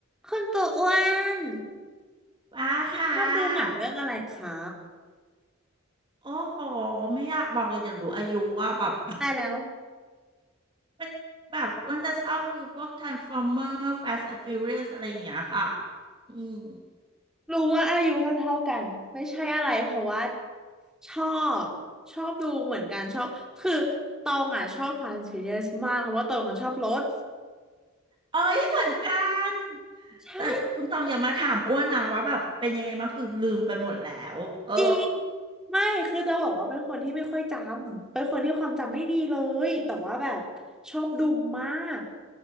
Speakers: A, in the centre; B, on the right.
A: คุณตัวอ้วน
B: ว้าค่ะ
A: ชอบดูหนังเรื่องอะไรคะ
B: โอ้โห ไม่อยากบอกเลยเดี๋ยวรู้อายุว่าแบบ <laughs>
A: ตายแล้ว
B: มันแบบอ้วันจะชอบดูพวก Transformer Fast and Furious อะไรอย่างเงี้ยค่ะ อืม
A: รู้ว่าอายุเท่าๆกันไม่ใช่อะไรเพราะว่าชอบชอบดูเหมือนกันชอบคือตองอ่ะชอบ Fast and Furious มากเพราะว่าตองคนชอบรถ
B: เอ้ยเหมือนกัน
A: ใช่
B: แต่คุณตองอย่ามาถามอ้วนนะว่าแบบเป็นยังไงบ้างคือลืมไปหมดแล้ว เออ
A: จริงไม่คือจะบอกว่าเป็นคนที่ไม่ค่อยจำเป็นคนที่ความจำไม่ดีเลยแต่ว่าแบบชอบดูมาก